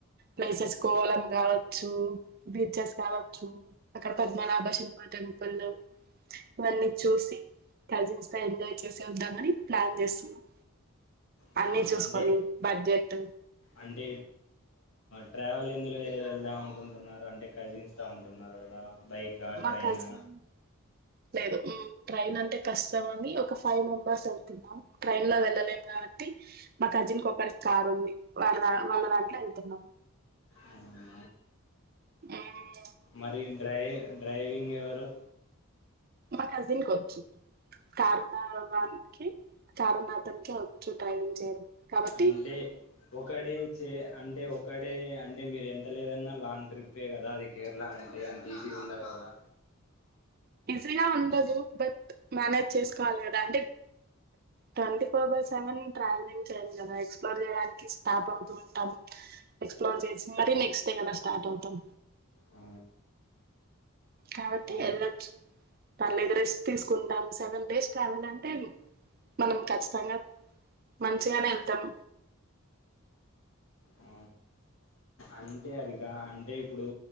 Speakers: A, on the right (about 40°); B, on the left (about 65°).
A: ప్లేసెస్
B: ఆ
A: కోలం కావచ్చు బీచెస్ కావచ్చు అక్కడ పద్మనాభ
B: ఆ,
A: సింహ టెంపుల్ ఇవన్నీ చూసి కజిన్స్ తో ఎంజాయ్ చేసే వద్దామని ప్లాన్ చేస్తున్నాం
B: అవునా
A: అన్నీ చూసుకోని
B: అంటే
A: బర్త్డే అట్
B: అంటే ట్రావెల్ ఎందులో వెళ్దాం అనుకుంటున్నారు అంటే కలిస్తామంటున్నారు కదా బైకా,
A: మా
B: ట్రైనా
A: కజిన్ లేదు ట్రైన్ అంటే కష్టం అని ఒక ఫైవ్ మెంబర్స్ వెళ్తున్నాం ట్రైన్ లో వెళ్ళలేకా బట్టి మా కజిన్ కు ఒకరికి కార్ ఉంది వాళ్ళ వాళ్ళ దాంట్లో వెళ్తున్నాము
B: అవునా
A: <unintelligible>
B: మరి డ్రై డ్రైవింగ్ ఎవరు
A: మా కజిన్ కి వచ్చు కారు ఉన్న వానికి కారు మాత్రంకే వచ్చు డ్రైవింగ్ చేయడం కాబట్టి
B: అంటే ఒకడే చే అంటే ఒకడే అంటే మీరు ఎంత లేదన్నా లాంగ్ ట్రిప్పే కదా అది కేరళ ఏ అంత ఈజీగా ఉండదు కదా
A: ఈజీగా ఉండదు బట్ మేనేజ్ చేసుకోవాలి కదా అంటే twenty four by seven travelling చేయం కదా ఎక్స్ప్లోర్ చేయడానికి స్టాప్ అవుతూ ఉంటాం ఎక్స్ప్లోర్ చేసి మరీ నెక్స్ట్ డే కదా స్టార్ట్ అవుతాం
B: ఆ
A: కాబట్టి
B: అవును
A: వెళ్ళొచ్చు పర్లేదు రెస్ట్ తీసుకుంటాం సెవెన్ డేస్ ట్రావెల్ అంటే మనం ఖచ్చితంగా మంచిగానే వెళ్తాం
B: ఆ అంటే అదిగా అంటే ఇప్పుడు